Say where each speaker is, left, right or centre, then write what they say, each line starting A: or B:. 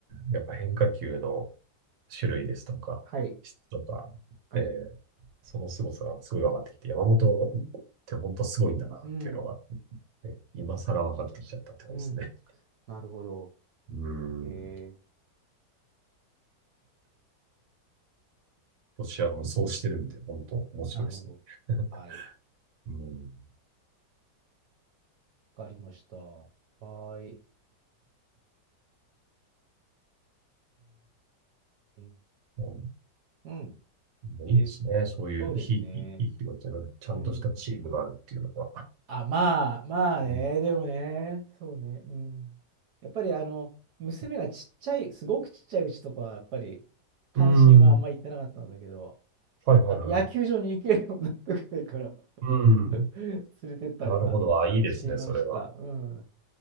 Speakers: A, on the right (about 50°); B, on the right (about 70°).
A: ーやっぱ変化球の種類ですとか、
B: はい。
A: 質とか、
B: はい。
A: えーその凄さがすごい分かってきて、山本って本当すごいんだなっていうのが、
B: うん。
A: ね、今更分かってきちゃったって感じですね。
B: うん。なるほど。
A: うーん。
B: えー、
A: 今年は無双してるんで、
B: そっか。
A: 本当面白いですね。
B: なるほど。はい。
A: <laughs> うん。
B: わかりました。はーい。え
A: も
B: うん。
A: ういいですね。
B: え、
A: そういうひいき、
B: そうですね。
A: ひいきがちゃんちゃんとしたチームがあるっていうのが。
B: うん。あ、まあ、まあね、
A: うん。
B: でもね、そうね、うん。やっぱりあの、娘がちっちゃい、すごくちっちゃいうちとかは、やっぱり、関心はあんま行ってなかったんだけど、
A: うんはいはいはい。
B: あの、野球場に行けるようになってくらいから
A: うん。
B: <laughs> 連れてったりはしました。
A: なるほど。あ、いいですね、それは。
B: うん。